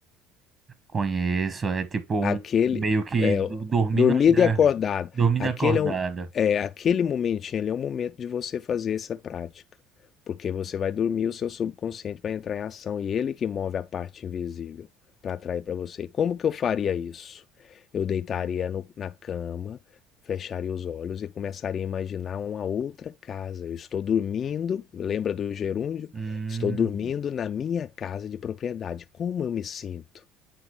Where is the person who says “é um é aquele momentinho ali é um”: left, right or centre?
Left